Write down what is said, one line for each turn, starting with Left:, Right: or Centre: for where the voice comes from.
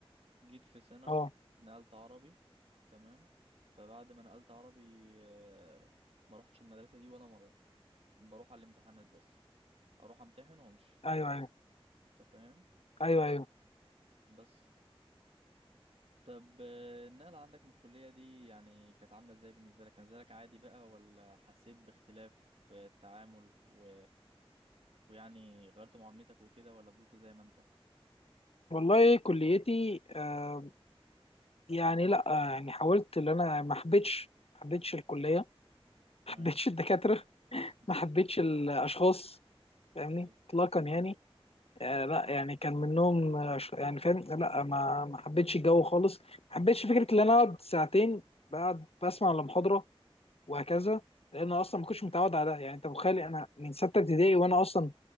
Right: جيت في ثانوي
Left: اه
Right: نقلت عربي تمام فبعد ما نقلت عربي آه، ما روحتش المدرسه دي ولا مره بروح على الامتحانات بس اروح امتحن وامشي
Left: ايوه ايوه
Right: انت فاهم
Left: ايوه ايوه
Right: بس طب آه، النقلة عندك من الكلية دي يعني كانت عاملة ازاي بالنسبة لك؟ كان بالنسبة لك عادي بقى ولا حسيت باختلاف في التعامل و... ويعني غيرت معاملتك وكده ولا فضلت زي ما انت؟
Left: والله كليتي آه يعني لا آه، يعني حاولت ان انا ما حبيتش ما حبيتش الكليه
Right: تمام
Left: ما حبيتش الدكاتره
Right: <laughs>
Left: ما حبيتش الاشخاص فاهمني
Right: ايوه
Left: اطلاقا يعني آه لا يعني كان منهم آه، ش- يعني فاهم لا ما ما حبيتش الجو خالص ما حبيتش فكره ان انا اقعد ساعتين بقعد بسمع المحاضره وهكذا لان أنا اصلا ما كنتش متعود على ده يعني انت متخيل انا من سته ابتدائي وانا اصلا ما